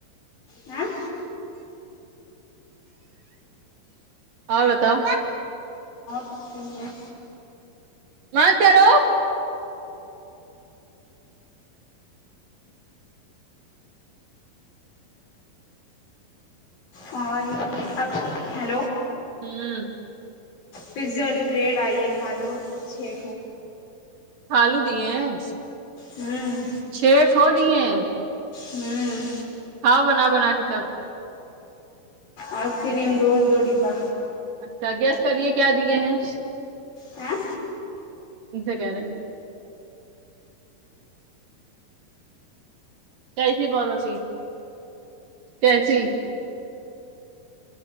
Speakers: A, on the left; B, on the right.
A: ہاں
B: اور بتاؤ
A: اک ہے <unintelligible>
B: مت کرو
A: اور اب <unintelligible>
B: ہوں
A: پیزا والی بریڈ آئیے کھا لو چھ
B: آلو دیے ہیں
A: ہوں
B: چھ ٹھو دیے ہیں
A: ہوں
B: کھاؤ بنا بنا کے تب
A: آ یسکریم رول دوڈبا
B: اچھا گیسٹ کریے کیا دیے ہیں
A: ہاں
B: ان سے کہ رہے تھ ہی بن سی <unintelligible> کیسی